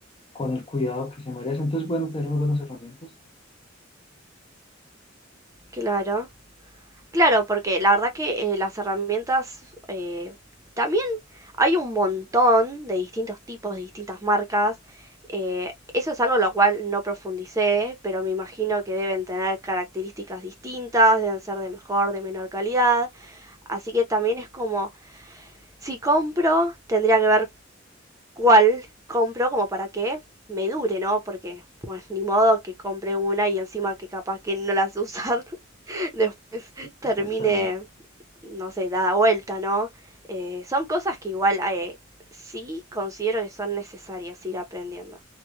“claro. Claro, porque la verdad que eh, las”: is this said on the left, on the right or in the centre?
Right